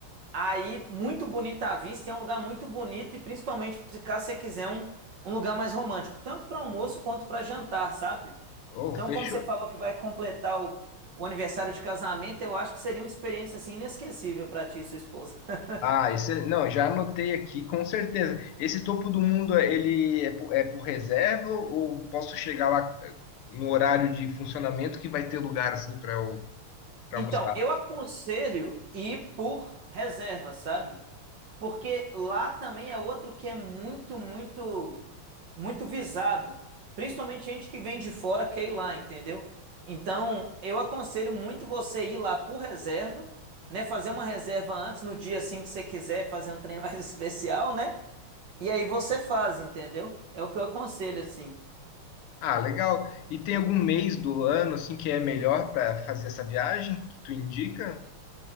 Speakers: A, on the right; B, on the left.
A: Aí, muito bonita a vista, e é um lugar muito bonito, e principalmente se- caso você quiser um, um lugar mais romântico, tanto para almoço quanto para jantar, sabe?
B: Oh,
A: Então,
B: fechou.
A: como você falou que vai completar o, o aniversário de casamento, eu acho que seria uma experiência assim inesquecível para ti e sua esposa. <laughs>
B: Ah, esse, não, já anotei aqui, com certeza. Esse topo do mundo, ele é por, é por reserva ou posso chegar lá eh, no horário de funcionamento que vai ter lugar assim para eu para
A: Então,
B: almoçar?
A: eu aconselho ir por reserva, sabe? Porque lá também é outro que é muito, muito muito visado, principalmente gente que vem de fora quer ir lá, entendeu? Então, eu aconselho muito você ir lá por reserva, né, fazer uma reserva antes no dia assim que você quiser, fazer um trem mais <laughs> especial, né? E aí você faz, entendeu? É o que eu aconselho assim.
B: Ah, legal. E tem algum mês do ano assim que é melhor para fazer essa viagem que tu indica?